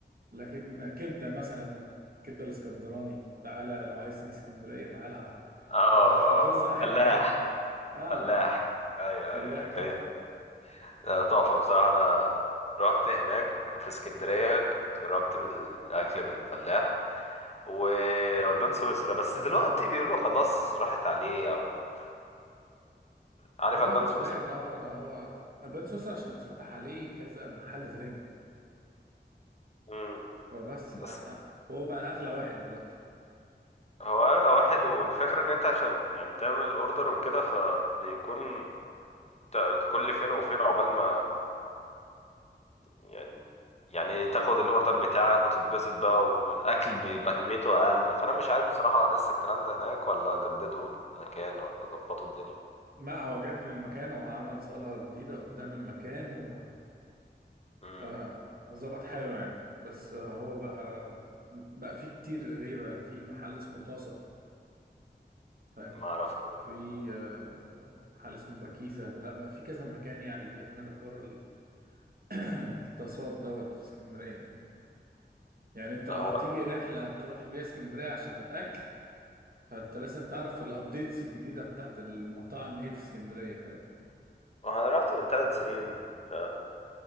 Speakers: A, on the right; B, on the left.
A: لكن كبدة مثلا كبدة الاسكندراني تعالى لو عايز تيجي اسكندرية تعالى ه-
B: اه
A: ه- حافظها
B: اه
A: حتة
B: فلاح
A: حتة اه
B: فلاح ايوه
A: الفلاح
B: ايوه
A: تحفة
B: كان آه، تحفة بصراحة انا رحت هناك في اسكندرية كنت جربت من الأكل من الفلاح و- والبان سويسرا بس دلوقتي بيقولوا خلاص راحت عليه او عارف
A: لا
B: البان
A: ازاي
B: سويسرا
A: ادور هو البان سويسرا عشان اتفتح عليه كذا محل تاني
B: امم
A: فبس احنا
B: بس
A: وهو بقى اغلى واحد دلوقتي
B: هو اغلى واحد والفكره ان انت عشان يعني تعمل الاوردر وكده فبيكون ت- كل فين وفين عقبال ما يعني يعني تاخد الاوردر بتاعك وتتبسط بقى والاكل بيبقى كميته اقل فانا مش عارف بصراحه لسه الكلام ده هناك ولا جددوا المكان ولا ظبطوا الدنيا
A: ما هو جدد المكان هو عمل صالة جديدة قدام المكان و
B: امم
A: آه، ظبط حاله يعني بس آه، هو بقى بقى فيه كتير غيره يعني في محل اسمه طاسة فاهم
B: ما اعرفوش
A: في آه، محل اسمه باكيزة لا بقى في كذا مكان يعني بيعملوا حوار ال- <clears throat> الطاسات دوت في اسكندرية يعني يعني انت لو
B: هو
A: هتيجي رحلة تروح فيها اسكندرية عشان الأكل فانت لازم تعرف الابديتس الجديده بتاعت المطاعم ايه في اسكندريه فاهم
B: انا رحت من ثلاث سنين ف